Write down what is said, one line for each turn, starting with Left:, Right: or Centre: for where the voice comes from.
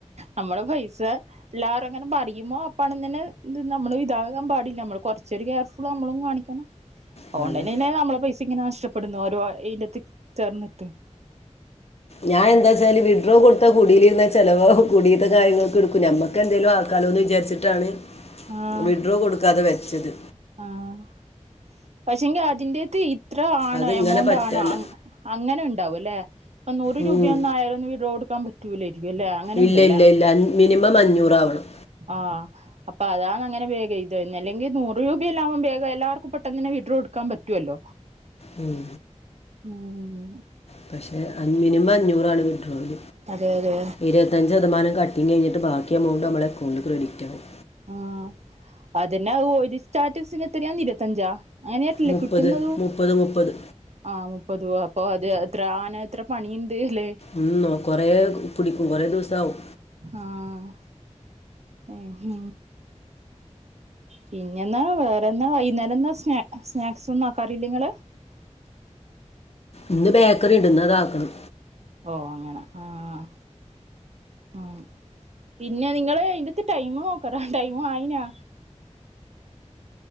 Right: നമ്മുടെ പൈസ എല്ലാരും അങ്ങനെ പറയുമോ അപ്പണ ഇങ്ങനെ ഇ നമ്മള് ഇതാകാൻ പാടില്ല നമ്മള് കുറച്ചോരു ഗ്യാപ്സ് നമ്മളും കാണിക്കണം
Left: അങ്ങനെ
Right: ഓൺലൈനനെ നമ്മള പൈസ ഇങ്ങനെ നഷ്ടപ്പെടുന്നു ഓരോ അയിനത്ത് ചേർന്നിട്ട്
Left: ഞാൻ എന്ത്‌ വച്ചാൽ വിഡ്രോ കൊട് ഇത്തെ കുടിൽ ഇരുന്ന ചെലവകും കുടിയത്തെ കാര്യങ്ങൊക്കെ എടുക്കും നമ്മക്ക്ന്തേലും ആക്കാലോ എന്ന് വിചാരിച്ചിട്ടാണ്
Right: ആഹ്
Left: വിഡ്രോ കൊടുക്കാതെ വെച്ചത്
Right: ആഹ് പക്ഷെങ്കിൽ അതിന്റെതി ഇത്ര ആണ്
Left: അതിങ്ങനെ
Right: എമൗണ്ട്
Left: പറ്റല്ല
Right: ആണോ അങ് അങ്ങനെ ഉണ്ടാവും അല്ലെ ഇപ്പൊ നൂറ്
Left: ഉം.
Right: രൂപയൊന്ന് ആയാൽ ഒന്ന് വിഡ്രോ കൊടുക്കാൻ പറ്റൂലായിരിക്കും അല്ലേ അങ്ങനെ
Left: ഇല്ല
Right: ഉണ്ടല്ലേ
Left: ഇല്ല ഇല്ല മിനിമം അഞ്ഞൂറാവണം
Right: ആഹ് അപ്പ അതാണ് അങ്ങനെ വേഗയിത് അല്ലെങ്കിൽ നൂറ് രൂപയല്ലാവുമ്പോ വേഗം എല്ലാർക്കും പെ ട്ടാന്ന് തന്നെ വിഡ്രോ എടുക്കാൻ പറ്റുവല്ലോ
Left: ഉം
Right: <unintelligible>
Left: പക്ഷെ ആ മിനിമം അഞ്ഞൂറാണ് വിഡ്രോവൽ
Right: അതെ അതെ
Left: ഇരുപത്തഞ്ച് ശതമാനം ക ട്ടും കഴിഞ്ഞിട്ട് ബാക്കി എമൗണ്ട് നമ്മടെ അക്കൗണ്ട്ക്രെഡിറ്റ് ആവും
Right: ആ അതന്നെ ഒരു സ്റ്റാറ്റസിന് എത്രയാന്ന് ഇരുപത്തഞ്ചാ അങ്ങനെയാട്ടില്ലേ
Left: മുപ്പത്
Right: കിട്ടുന്നതു
Left: മുപ്പത് മുപ്പത്
Right: ആഹ് മുപ്പത് അപ്പൊ അത് അത്ര ആന എത്ര പണിയുണ്ട് അല്ലെ
Left: ഉം ഓഹ് കൊറേ പിടിക്കും കുറേ ദിവസവും
Right: ആഹ് ഏഹ് പിന്നെന്നാ വേറെന്താ വൈകുന്നേരം എന്നാ സ് സ്നാക്സ് ഒന്നും ആക്കാറില്ലെ നിങ്ങള്
Left: ഇന്ന് ബേക്കറി ഉണ്ട് ഇന്ന് അത ആക്കണം
Right: ഓഹ് അങ്ങനെ ആഹ് ആഹ് പിന്നെ നിങ്ങള് അയിന്റെത്ത് ടൈം നോക്ക്ട്ടാ ടൈമ് ആയിനാ